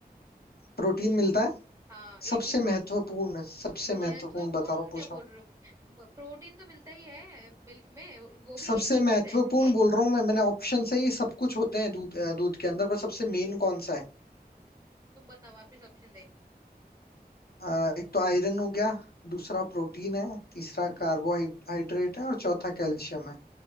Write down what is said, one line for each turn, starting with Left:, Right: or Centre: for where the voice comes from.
Left: प्रोटीन मिलता है
Right: हाँ
Left: सबसे
Right: एटी
Left: महत्वपूर्ण सबसे
Right: महत्वपूर्ण
Left: महत्वपूर्ण बता रहा हूँ पूछ
Right: क्या
Left: रहा
Right: बोल
Left: हूँ
Right: रहे हो प्रोटीन तो मिलता ही है मिल्क में वो भी
Left: सबसे
Right: एट्टी
Left: महत्वपूर्ण
Right: परसेंट एट
Left: बोल रहा हूँ मैं मैंने ऑप्शन से ही सब कुछ होते हैं दूध अ, दूध के अंदर पर सबसे मेन कौन सा है
Right: तुम बताओ वापिस ऑप्शन दे
Left: अ, एक तो आयरन हो गया दूसरा प्रोटीन है तीसरा कार्बोहाइड्रेट है और चौथा कैल्शियम है